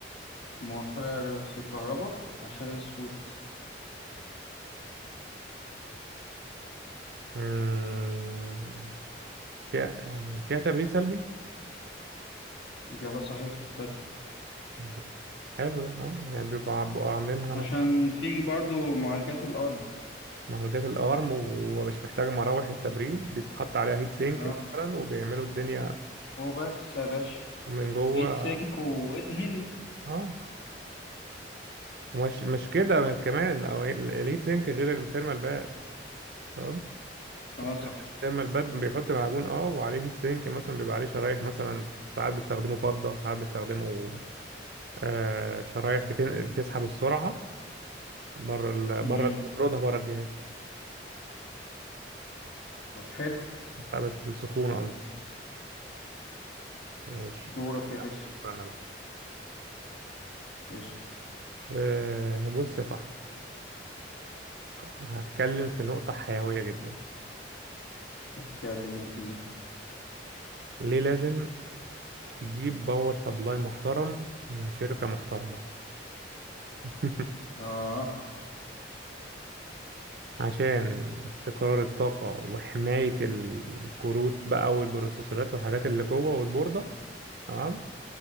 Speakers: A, on the left; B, on the right.
A: موفرة في الكهرباء عشان الصوت
B: مم، فيها يعني فيها تبريد سلبي
A: إجابة صحيحة بس
B: <laughs> مم. حلو ده اه يعني بيبقوا بيبقوا عاملينها مثلا
A: عشان في برضو معالجات الأرم
B: معالجات الأرم ومش محتاج مراوح للتبريد بيتحط عليها هيت سينك
A: اه
B: مثلا وبيعملوا الدنيا
A: هو بس يا باشا
B: من جوه
A: هيت سينك وادهن
B: اه ومش مش كده كمان أو هي- الهيت سينك غير السيرمال باد تمام
A: اه
B: الس-
A: صح
B: السيرمال باد بيحط معجون اه وعليه هيت سينك مثلا بيبقى عليه شرايح مثلا ساعات بيستخدموا فضة ساعات بيستخدموا آه شرايح بتن... بتسحب السرعة بره ال...
A: مم.
B: بره تطردها بره الجهاز
A: طب حلو
B: بتسحب السخونة قصدي ماشي
A: دورك يا باشا
B: دور أنا بقى
A: قشطة
B: آه بص يا صاحبي هتكلم في نقطة حيوية جدا
A: اتكلم يا كبير
B: ليه لازم تجيب باور سبلاي محترم من شركة محترمة <laughs>
A: اه
B: عشان استقرار الطاقة وحماية ال- الكروت بقى والبروسيسورات والحاجات اللي جوه والبوردة تمام